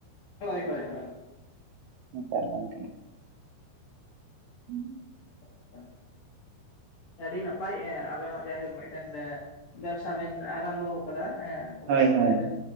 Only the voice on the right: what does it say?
ᱱᱮᱛᱟᱨ ᱜᱚᱢᱠᱮ ᱦᱩᱸ ᱾
ᱦᱳᱭ
ᱦᱳᱭ